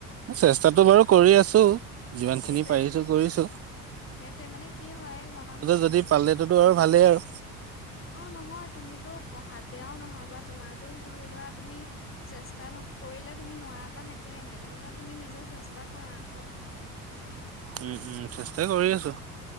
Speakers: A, on the right; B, on the left.
A: চেষ্টাতো বাৰু কৰি আছো যিমান
B: সেইটোৱে
A: খিনি পাৰিছোঁ কৰিছোঁ।
B: সেইটোৱে মানে কি হয় জানানে চব
A: যদি পালেটোতো আৰু ভালেই আৰু
B: অ', নহয় তুমিতো পঢ়াত বেয়াও নহয় বা তোমাৰতো ধৰি লোৱা তুমি চেষ্টা নকৰিলে তুমি নোৱাৰা কাম একোৱে নাই তেনেকুৱা তুমি নিজে চেষ্টা কৰা আকৌ।
A: উম, উম, চেষ্টাই কৰি আছো।